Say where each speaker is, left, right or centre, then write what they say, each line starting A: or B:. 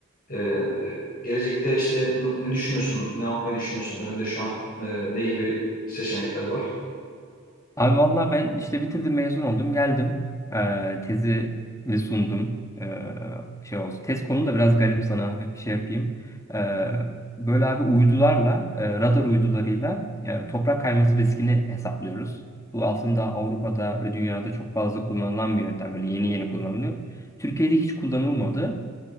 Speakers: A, on the left; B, on the left.
A: ee, gelecekte işte n- ne düşünüyorsun, ne yapmayı düşünüyorsun? Önünde şu an e, ne gibi seçenekler var?
B: Abi valla ben işte bitirdim mezun oldum geldim Ee, tezimi sundum Ee, şey olsun tez konu da biraz garip sana hafif bir şey yapayım Ee, böyle abi uydularla e, radar uydularıyla e, toprak kayması riskini hesaplıyoruz bu aslında Avrupa'da ve dünyada çok fazla kullanılan bir yöntem böyle yeni yeni kullanılıyor Türkiye'de hiç kullanılmadı